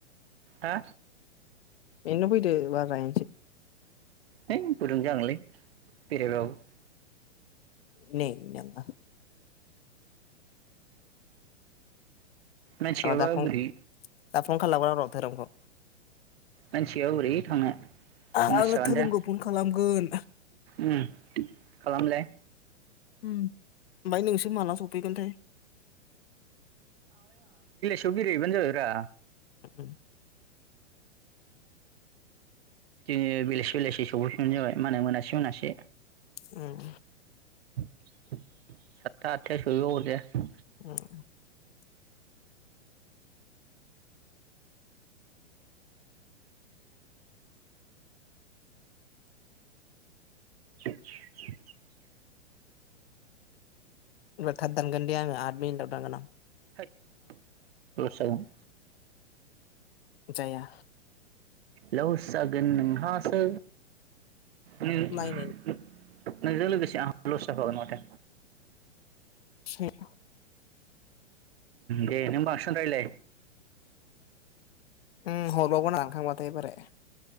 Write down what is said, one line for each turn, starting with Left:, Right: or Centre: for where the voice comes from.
Right: हा
Left: बिनो फैदो बार जाहैनिसै
Right: है गुदुं जांलै बेरायबाबो
Left: नै नोंबा
Right: मानसिआबा
Left: र' दा फन
Right: बोरै
Left: दा फन खालामगोन र धोरोमखौ
Right: मानसियाव ओरै थांनो
Left: ओ
Right: मानसियानो
Left: आंङो धोरोमखौ
Right: दा
Left: फन खालामगोन।
Right: उम खालामलाय
Left: अम ओमफ्राय नोंसोर माला सफैगोनथाय
Right: याव बेरायहैबानो जाबायब्रा।
Left: अम
Right: जोंङो बेलासे-बेलासि सौहैफिनबानो जाबाय माने मोनासे-मोनासे
Left: अम
Right: साथथा आथथायाव सहैबाबो अरजाया
Left: अम
Right: <inaudible>
Left: एबार थाब दानगोन दे आंङो आथ मिनिट आव दानगोन आं
Right: लस जागोन
Left: जाया
Right: लस जागोन नोंहासो <unintelligible>
Left: नायनायसै
Right: नोंजों लोगोसे आंहाबो लस जाफागोन माथो
Left: <inaudible>
Right: दे नों बांसिन रायलाय
Left: अम हरबावगोन आं थांबा दे बोराय